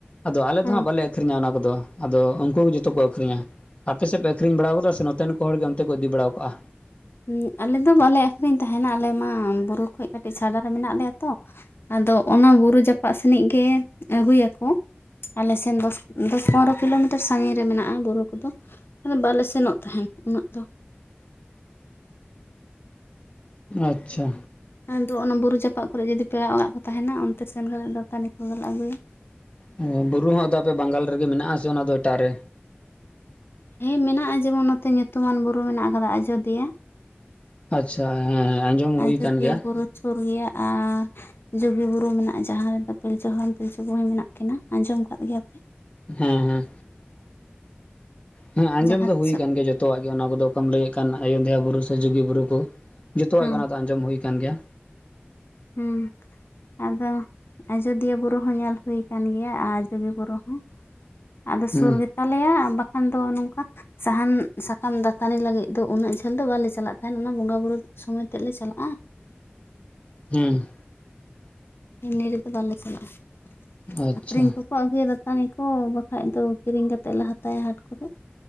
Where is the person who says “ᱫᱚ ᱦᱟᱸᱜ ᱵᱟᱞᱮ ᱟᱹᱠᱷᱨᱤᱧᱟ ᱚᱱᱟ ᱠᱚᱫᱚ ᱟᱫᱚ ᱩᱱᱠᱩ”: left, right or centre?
Left